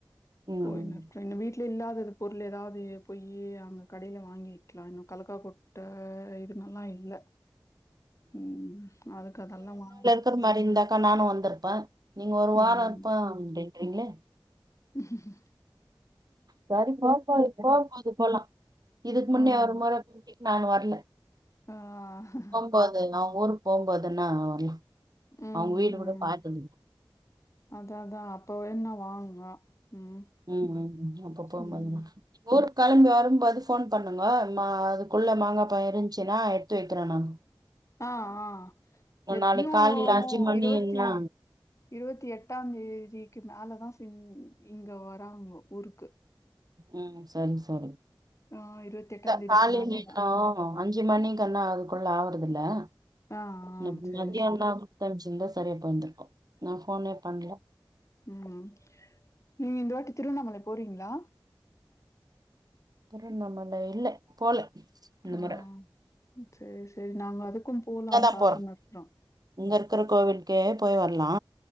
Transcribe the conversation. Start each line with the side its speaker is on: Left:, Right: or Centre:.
Right: ம்
Left: போயின்னு இருக்குறோ இன்னு வீட் ல இல்லாதது பொருள் ஏதாவது பொய்யி அங்க கடேல வாங்கிக்கலா இன்னு கலக்கா கொட் ட இது நல்லா இல்ல ம் அதுக்கு அதெல்லா வாங்கனு
Right: துரு மாரி இருந்தாக்கா நானு வந்துருப்பே நீங்க ஒரு
Left: ம்
Right: வாரோ இருப்பே அப்டின்றீங்களே
Left: உஹ்ம்
Right: சரி போம் போது போகம் போது போலா இதுக்கு முன்னே
Left: ம்
Right: ஒரு முற கூட்டீங்க நானு வரல
Left: ஆ
Right: போம்போது அவங்க ஊருக்கு போம்போதுன்னா வரலா
Left: ம்
Right: அவங்க வீடு
Left: ம்
Right: கூட பாத்தது
Left: அதா அதா அப்போ வேணுன்னா வாங்க ம்
Right: ம் ம் ம் அப்ப போம்
Left: ம்.
Right: போது பாக்கலா ஊருக்கு கெளம்பி வரும்போது ஃபோன் பண்ணுங்கோ நா அதுக்குள்ள மாங்காப்ப இருந்துச்சுன்னா எடுத்து வைக்கிறே நானு
Left: ஆ ஆ எப்டியு
Right: நாளைக்கு காலைல அஞ்சு மணின்னா
Left: இருவத்தி இருவத்தி எட்டா தேதிக்கு மேலதா இங்க வராங்கோ ஊருக்கு
Right: ம் சரி சரி
Left: ஆ
Right: இந்த
Left: தேதிக்கு
Right: காலேல
Left: மேல
Right: இன்னு
Left: தான்.
Right: ஓ அஞ்சு மணிக்குண்ணா அதுக்குள்ள ஆகுறதுல <unintelligible>
Left: ஆ ஆ
Right: <unintelligible>
Left: சரி சரி.
Right: சரியாபோய்ந்திருக்கோ நா போனே பண்ணல
Left: லும் நீங்க இந்த வாட்டி திருவண்ணாமலை போறீங்களா
Right: திருவண்ணாமலை இல்ல போல இந்த
Left: ம்
Right: முற
Left: சேரி சேரி நாங்க அதுக்கும் போலான்னு
Right: இங்கதா
Left: பாத்துன்னு
Right: போறோ
Left: இருக்குறோ.
Right: இங்க இருக்கற கோவிலுக்கே போய் வரலா